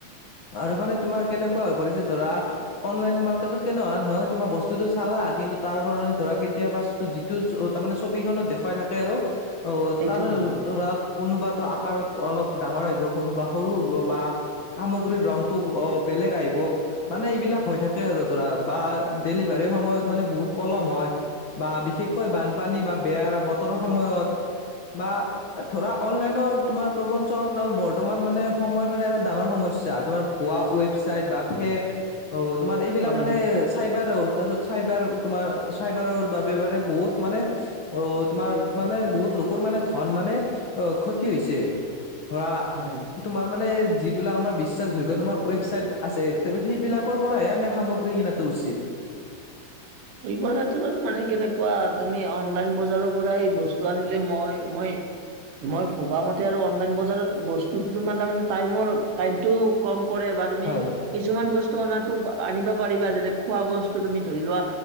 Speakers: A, on the left; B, on the right.
A: আৰু মানে তোমাৰ কেনেকুৱা হৈ পৰিছে ধৰা অনলাইন মা কেটতকে ন নহয় তোমাৰ বস্তুতটো চালা কিন্তু তাৰ সলনি ধৰা কেতিয়াবা যিটো জত তাৰমানানে ছবিখনত দেখুৱাই থাকে আৰু অ
B: এইটো
A: তাৰ
B: নাহে
A: ধৰা কোনোবাতো আকাৰত অলপ ডাঙৰ আহিব কোনোবা সৰু হব বা সামগ্ৰীৰ ৰংতটো অ বেলেগ আহিব মানে এইবিলাক হৈ থাকে আৰু। ধৰা বা ডেলিভাৰীৰ সময়ত মানে বহুত পলম হয়। বা বিশেষকৈ বানপানী বা বেয়া বতৰৰ সময়ত বা ধৰা অনলাইন তোমাৰ প্ৰবঞ্চ বৰ্তমান মানে সময় মানে এটা ডাঙৰ সমস্যা তোমাৰ হুৱোৱা ৱেবচাইট বা ফেক অ তোমাৰ এইবিলাক
B: হয়
A: মানে চাইবাৰ তাৰপিছত চাইবাৰ তোমাৰ চাইবাৰৰ বাবে মানে বহুত মানে অ' তোমাৰ মানে বহুত লোকৰ মানে ধন মানে অ' ক্ষতি হৈছে। ধৰা
B: হয়
A: তোমাৰ তাৰমানে যিলাক আমাৰ বিশ্বাসযুইগ্য তমাৰ ৱেবছাইট আছে সেইবিলাকৰ পৰাহে আমি কামগ্ৰি ব্ৰি কিনাটো উচিত।
B: এইবোৰ ক্ষেত্ৰত মানে কেনেকুৱা তুমি অনলাইন বজাৰৰ পৰাই বস্তু আনিলে মই মই মই ভবা মতে আৰু অনলাইন বজাৰত বস্তুতো তোমাৰ তাৰমান টাইমৰ টাইমতটোও কম কৰে বা তুমি
A: হয়
B: কিছুমান বস্তু অনা আনিব পাৰিবা যেনে খোৱা বস্তু তুমি ধৰি লোৱা